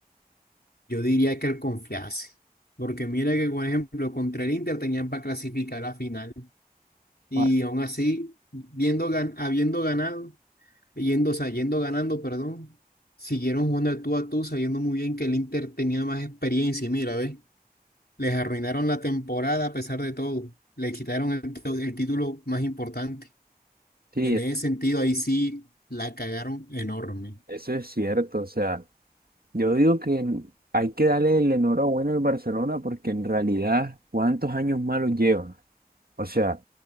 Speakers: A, on the left (about 80°); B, on the right (about 70°).
A: Yo diría que él confiase. Porque mira que, por ejemplo, contra el Inter tenían para clasificar a la final. Y
B: Ah,
A: aún así, viendo gan- habiendo ganado, yendo, o sea, yendo ganando, perdón, siguieron jugando al tú a tú, sabiendo muy bien que el Inter tenía más experiencia. Y mira, ¿ves? Les arruinaron la temporada a pesar de todo. Le quitaron el, to- el título más importante.
B: Sí,
A: Y en ese sentido, ahí sí la cagaron enorme.
B: eso es cierto, o sea, yo digo que en- hay que darle el enhorabuena al Barcelona porque en realidad, ¿cuántos años malos lleva? O sea,